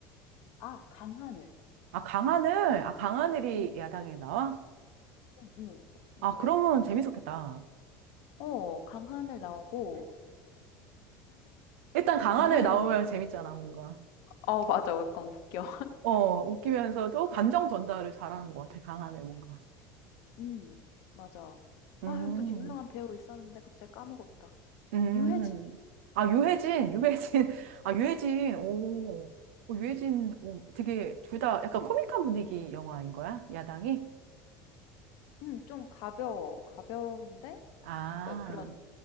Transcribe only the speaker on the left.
아 강하늘.
음.
음음. 그래서
어 강하늘 나오고
강하늘
나오고
어 맞아. 약간 웃겨.
음. 맞아.
아 이거 또 유명한 배우 있었는데 갑자기 까먹었다.
유해진.
음.
음.
음 좀 가벼워. 가벼운데
그러니까 그런